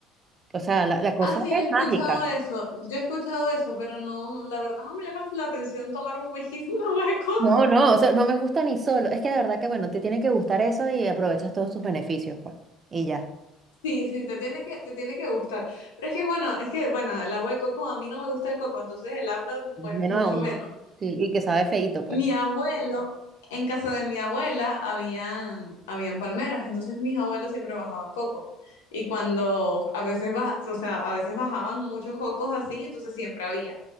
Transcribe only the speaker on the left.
Ah, sí,
yo he escuchado
eso, yo he escuchado eso, pero no, la verdad no me llama la atención tomar un whisky <laughs> con agua de coco.
Sí, sí, te tiene que, te tiene que gustar. Pero es que, bueno, es que, bueno, el agua de coco, a mí no me gusta el coco, entonces el agua, pues,
mucho
menos.
Mi abuelo, en casa de mi abuela habían, habían palmeras, entonces mis abuelos siempre bajaban cocos. Y cuando a veces, ba- o sea, a veces bajaban muchos cocos así, entonces siempre había.